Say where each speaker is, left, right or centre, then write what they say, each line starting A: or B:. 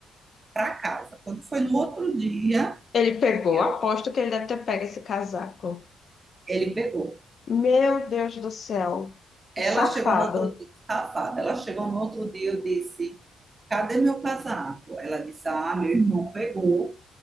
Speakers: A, on the right; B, on the left.
A: para casa. Quando foi no outro dia,
B: Ele pegou,
A: eu,
B: aposto que ele deve ter pego esse casaco.
A: ele pegou.
B: Meu Deus do céu. O
A: Ela
B: safado.
A: chegou no outro dia, safada. Ela chegou no outro dia, eu disse: Cadê meu casaco? Ela disse: Ah, meu irmão pegou,